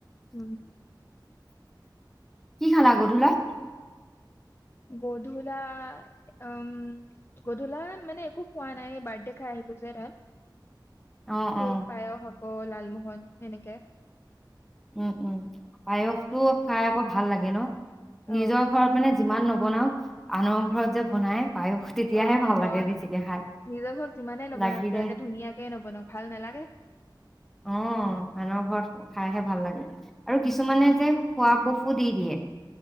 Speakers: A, on the left; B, in the centre.
A: উম
B: কি খালী গধূলাই
A: গধূলাভউম গধূলা মানে একো খোৱা নাই বাৰ্থডে খাই আহিলো যে তাত
B: অ
A: কেক
B: অ
A: পায়স অ লাল মোহন এনেকে
B: উম উম পায়সটো খাই আকৌ ভাল লাগে ন
A: অ
B: নিজৰ ঘৰত মানে যিমান ন বনাও আনৰ ঘৰত যে বনাই পায়স তেতিয়াহে
A: অ
B: ভাল
A: হয়
B: লাগে বেছিকে খাই
A: নিজ ঘৰত যিমানে নবনাওক
B: লাগিলে
A: কিয় একে ধুনীয়াকে নবনাওক ভাল নালাগে।
B: অ আনৰ ঘৰত খাইহে ভাল লাগে আৰু
A: উম
B: কিছুমানে যে খোৱা কফো দি দিয়ে